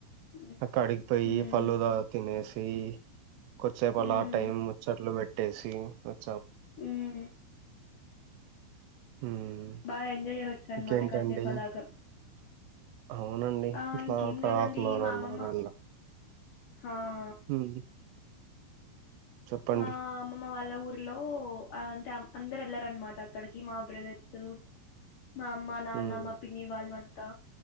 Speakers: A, on the left (about 70°); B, on the right (about 80°).
A: హ్మ్.
B: అక్క అడిగిపోయి
A: హ్మ్.
B: పళ్ళు ద తినేసి కొజచేపు
A: హ్మ్.
B: అలా టైం ముచ్చట్లు బెట్టేసి అత్
A: ఉహుహ్
B: హ్మ్
A: బాగా ఎంజాయ్ జీసోచర్ అన్మాట
B: ఇంకేంటండి
A: కాసేప్ పలాగా
B: అవునండి
A: ఆ
B: ఇట్లా
A: ఇంకేం
B: ఒక
A: లేదండి
B: హాఫ్ అన్ అవర్
A: మా
B: వన్
A: అమ్మమ్మ
B: అవర్ అలా
A: హాఆ
B: హ్మ్ చెప్పండి.
A: మా అమ్మమ్మ ఊ ఊర్లో ఆ అంటే ఆమ్ అందరుఏళ్లరన్నమాట అక్కడికి మా బ్రదర్సు మా అమ్మ నాన్న
B: హ్మ్
A: మా పిన్ని వాళ్ళు అంతా